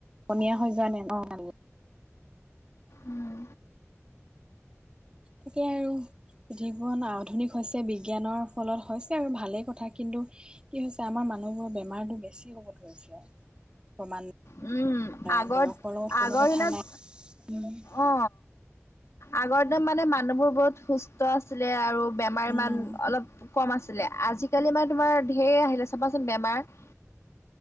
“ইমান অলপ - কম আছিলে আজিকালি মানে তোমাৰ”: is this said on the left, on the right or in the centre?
Left